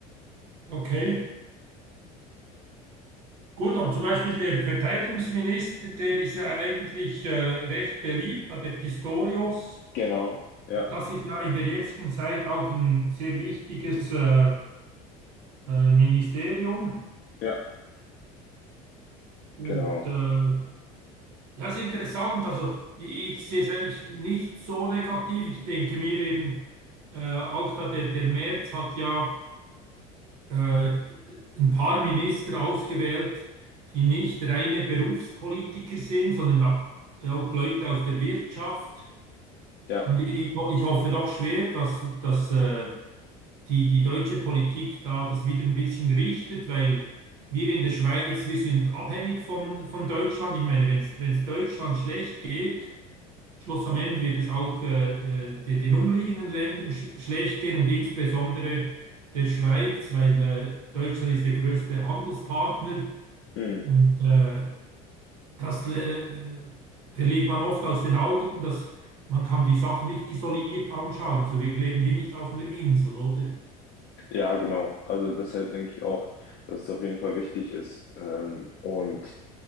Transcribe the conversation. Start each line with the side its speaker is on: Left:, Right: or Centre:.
Right: Okay. Gut, aber zum Beispiel der Verteidigungsminister, der ist ja eigentlich äh, recht beliebt, der Pistorius.
Left: Genau, ja,
Right: Das ist ja in der jetzigen Zeit auch ein sehr wichtiges äh, äh, Ministerium.
Left: ja,
Right: Und
Left: genau,
Right: äh, ja, ist interessant. Also ich sehe es eigentlich nicht so negativ. Ich denke mir eben äh, auch, da der, der Merz hat ja äh, ein paar Minister ausgewählt, die nicht reine Berufspolitiker sind, sondern auch Leute aus der Wirtschaft.
Left: ja.
Right: Und ich, ich hoffe doch schwer, dass, dass äh, die, die deutsche Politik da das wieder ein bisschen richtet, weil wir in der Schweiz, wir sind abhängig von, von Deutschland. Ich meine, wenn es Deutschland schlecht geht, Schluss am Ende wird es auch äh, äh, den, den umliegenden Ländern sch schlecht gehen und insbesondere der Schweiz, weil äh, Deutschland ist der größte Handelspartner
Left: Hm.
Right: und äh, das äh, verliert man oft aus den Augen, dass man kann die Sachen nicht isoliert anschauen. Also wir leben hier nicht auf einer Insel, oder?
Left: Ja, genau. Also deshalb denke ich auch, dass es auf jeden Fall wichtig ist. Ähm, und